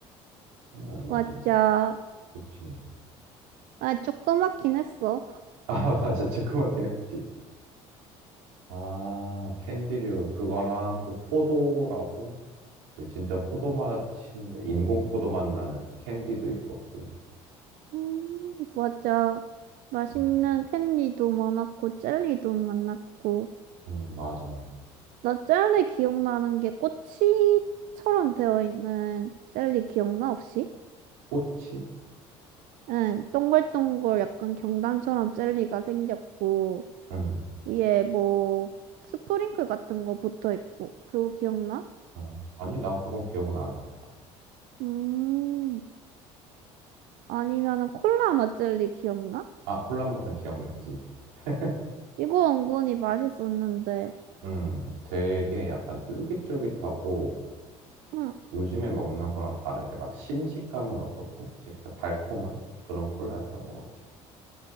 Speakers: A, on the right; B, on the right.
A: 하나에 얼마지?
B: 맞아.
A: 그치.
B: 아, 조그맣긴 했어.
A: <laughs> 아, 맞아. 체크마긴 했지. 아, 캔디류. 그거랑 또 포도라고. 그 진짜 포도 맛인데, 인공 포도 맛 나는 그 캔디도 있었고.
B: 음, 맞아. 맛있는
A: 음,
B: 캔디도 많았고, 젤리도 많았고.
A: 음, 맞아.
B: 나 젤리 기억나는 게 꼬치처럼 되어 있는 젤리 기억나 혹시?
A: 꼬치?
B: 응, 동글동글 약간 경단처럼 젤리가 생겼고
A: 응.
B: 위에 뭐 스프링클 같은 거 붙어 있고 그거 기억나?
A: 어, 아니, 난 그건 기억은 안 났다.
B: 음, 아니면은 콜라 맛 젤리 기억나?
A: 아, 콜라 맛은 기억났지. <laughs>
B: 이거 은근히 맛있었는데.
A: 음, 되게 약간 쫄깃쫄깃하고
B: 응,
A: 요즘에 먹는 거랑 다르게 막 신식감은 없었고 진짜 달콤한 그런 콜라였던 것 같아.